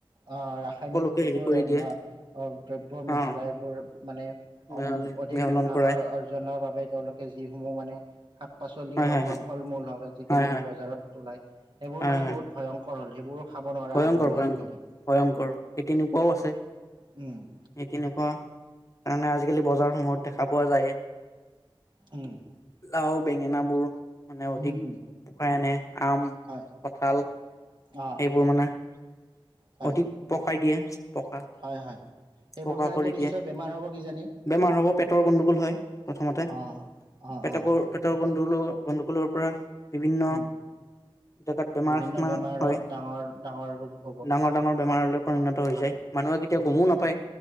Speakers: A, on the right (about 55°); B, on the left (about 35°).
A: অ', ৰাসায়নিক
B: সকলোকে
A: এইবোৰ
B: হেৰি কৰি দিয়ে
A: অ' অ', দ্ৰব্য মিহলাই
B: অ
A: এইবোৰ মানে
B: মিহলি
A: অধিক
B: মিহলন
A: মুনাফা
B: কৰাই
A: অ' জনৰ বাবে তেওঁলোকে যিসমূহ মানে, শাক-পাচলি
B: হয়
A: হওক
B: হয় হয়
A: বা ফল-মূল হওক আজিকালি
B: হয় হয়
A: বজাৰত ওলাই সেইবোৰ
B: হয়
A: মানে
B: হয়
A: বহুত ভয়ংকৰ হ'ল, সেইবোৰো খাব নোৱাৰা
B: ভয়ংকৰ
A: হলো আমি
B: ভয়ংকৰ
A: আজিকালি।
B: ভয়ংকৰ সেই তেনেকুৱাও আছে।
A: উম
B: সেই তেনেকুৱা তামানে, আজিকালি বজাৰ সমূহত দেখা পোৱা যায়।
A: উম
B: লাও, বেঙেনা বোৰ মানে অধিক
A: উম হম
B: পকাই আনে আম,
A: হয়
B: কঁঠাল
A: অ',
B: <unintelligible>
A: হয়
B: অধিক পকাই দিয়ে। পকা
A: হয়, হয়। সেইবোৰ
B: পকা
A: খালেতো
B: কৰি
A: নিশ্চয়
B: দিয়ে
A: বেমাৰ হ'ব কিজানি।
B: বেমাৰ হ'ব পেটৰ গণ্ডগোল হয়, প্ৰথমতে
A: অ অ
B: পেটকৰ-
A: অ
B: পেটৰ গন্দগোলো গণ্ডগোলৰ পৰা- বিভিন্ন
A: উম
B: জেগাত বেমাৰ-চেমাৰ
A: বিভিন্ন বেমাৰত
B: হয়।
A: ডাঙৰ ডাঙৰ ৰোগ। হ'ব
B: ডাঙৰ ডাঙৰ বেমাৰলৈ পৰিণত হৈ
A: হয়
B: যায়, মানুহে কেতিয়াও গমো নাপায়।